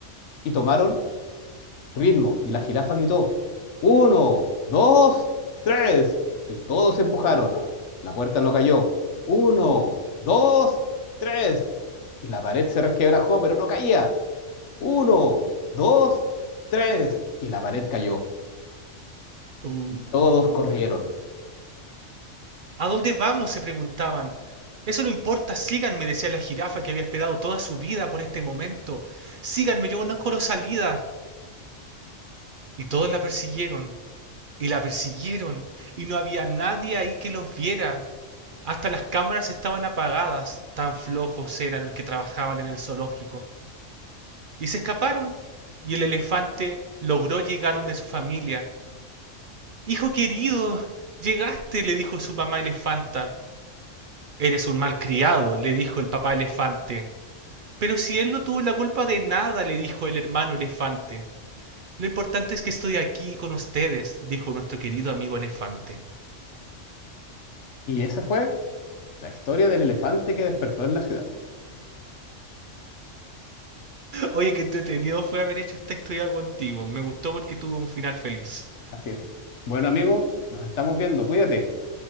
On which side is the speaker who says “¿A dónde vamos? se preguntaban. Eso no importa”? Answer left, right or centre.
Right